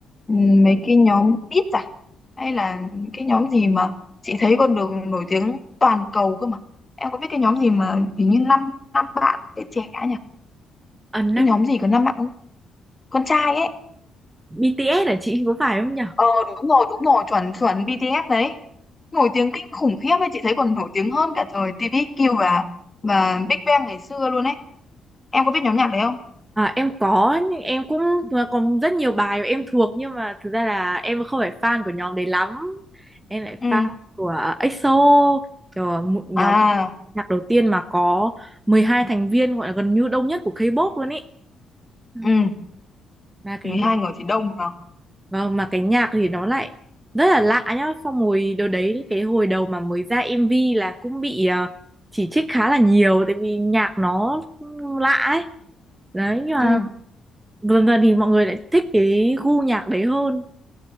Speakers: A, on the left (about 20°); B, on the right (about 15°).
A: ừ, mấy cái nhóm Beat hay là cái nhóm gì mà chị thấy con đường nổi tiếng toàn cầu cơ mà em có biết cái nhóm gì mà hình như năm năm bạn trẻ trẻ nhỉ
B: à, năm
A: cái nhóm gì có năm bạn con, con trai ấy
B: BTS hả chị có phải không nhỉ
A: ờ đúng rồi đúng rồi chuẩn chuẩn BTS đấy nổi tiếng kinh khủng khiếp ấy chị thấy còn nổi tiếng hơn cả thời TVXQ và và Big Bang ngày xưa luôn ấy em có biết nhóm nhạc đấy không
B: À, em có nhưng em cũng còn rất nhiều bài mà em thuộc nhưng mà thực ra là em không phải fan của nhóm đấy lắm em lại
A: ừ
B: fan của EXO kiểu một nhóm
A: à
B: nhạc đầu tiên mà có 12 thành viên gọi là gần như đông nhất của K-pop luôn ý Ừ.
A: ừ
B: mà cái
A: mười
B: nhạc
A: hai người thì đông mà
B: vâng mà cái nhạc thì nó lại rất là lạ nhá xong rồi đợt đấy cái hồi đầu mà mới ra MV là cũng bị ờ, chỉ trích khá là nhiều tại vì nhạc nó lạ ấy đấy nhưng mà
A: ừ
B: gần gần thì mọi người lại thích cái gu nhạc đấy hơn